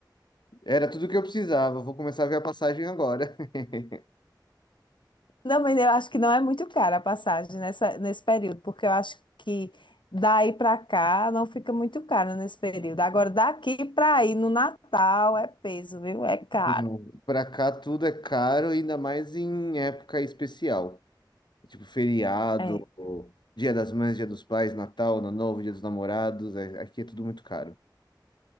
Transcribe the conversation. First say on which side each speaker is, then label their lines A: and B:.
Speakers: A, on the left; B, on the left.
A: Era tudo que eu precisava. Vou começar a ver a passagem agora. <laughs>
B: Não, mas eu acho que não é muito cara a passagem nessa, nesse período, porque eu acho que daí para cá não fica muito caro nesse período. Agora, daqui para aí no Natal é peso, viu? É caro.
A: Não, pra cá tudo é caro, ainda mais em época especial. Tipo feriado,
B: É.
A: ou Dia das Mães, Dia dos Pais, Natal, Ano Novo, Dia dos Namorados. é- Aqui é tudo muito caro.